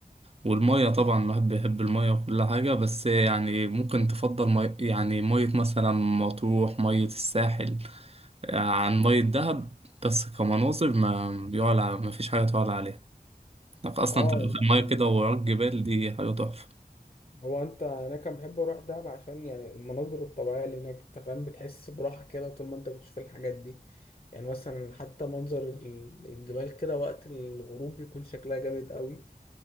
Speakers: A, on the right; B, on the left.
A: والمية طبعا الواحد بيحب المية وكل حاجة بس يعني ممكن تفضل مي... يعني مية مثلا مطروح مية الساحل عن مية دهب بس كمناظر ما يعلى ما فيش حاجة تعلى عليها انك أصلا
B: اه
A: تبقى في المية
B: يعني
A: كده ووراك جبال دي حاجة تحفة
B: هو انت انا كان بحب اروح دهب عشان يعني المناظر الطبيعية اللي هناك انت فاهم بتحس براحة كده طول ما انت بتشوف الحاجات دي يعني مثلا حتى منظر ال- الجبال كده وقت الغروب بيكون شكلها جامد قوي